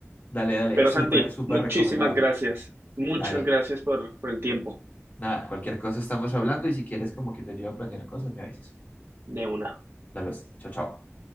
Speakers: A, on the left; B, on the right.
A: dale, dale,
B: Pero
A: súper,
B: Santi,
A: súper
B: muchísimas
A: recomendado.
B: gracias. Muchas
A: Dale,
B: gracias por, por el tiempo
A: nada, cualquier cosa estamos hablando y si quieres como que te ayude a planear cosas, me avisas.
B: de una.
A: Dale, pues, chao, chao.